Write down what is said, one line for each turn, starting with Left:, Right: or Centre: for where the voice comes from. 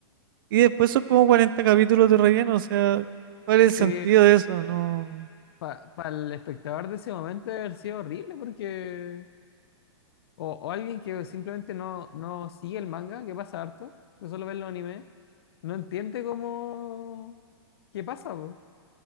Right: Y después son como 40 capítulos de relleno. O sea, ¿cuál
Left: Sí,
Right: es el sentido de eso? No.
Left: para el espectador de ese momento debe haber sido horrible, porque. O, o alguien que simplemente no, no sigue el manga, que pasa harto, que solo ve los animes no entiende cómo, qué pasa, po.